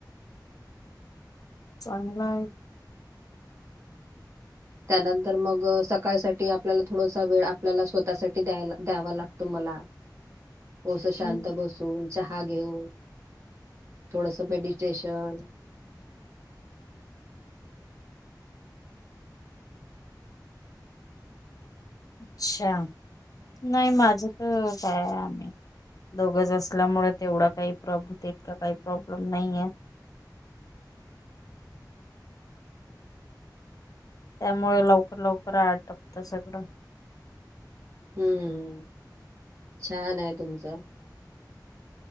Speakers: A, on the left; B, on the right.
A: चांगलाय.
B: त्यानंतर मग सकाळ साठी आपल्याला थोडासा वेळ आपल्याला स्वतःसाठी द्याय द्यावा लागतो मला. <inaudible> थोडंसं शांत
A: हं.
B: बसून चहा घेऊन थोडस मेडिटेशन,
A: अच्छा! नाही माझ तर काय आहे आम्ही. दोघच असल्यामुळे तेवढा काही प्रॉब्लेम तीतका काही प्रॉब्लेम नाहीये. त्यामुळे लवकर लवकर आटोपल्या साठी सगळं
B: हम्म छान आहे तुमचं.